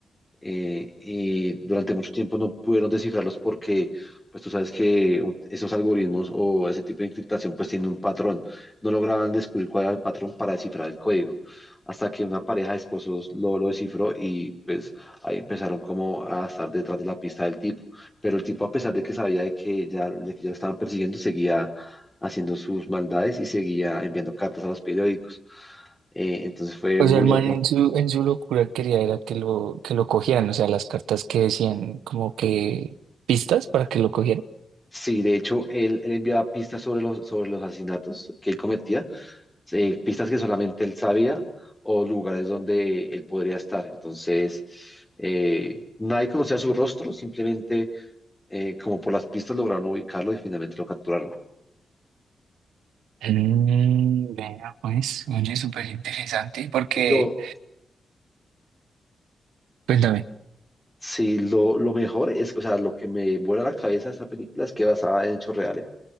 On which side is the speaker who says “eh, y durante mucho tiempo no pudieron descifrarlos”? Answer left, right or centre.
Left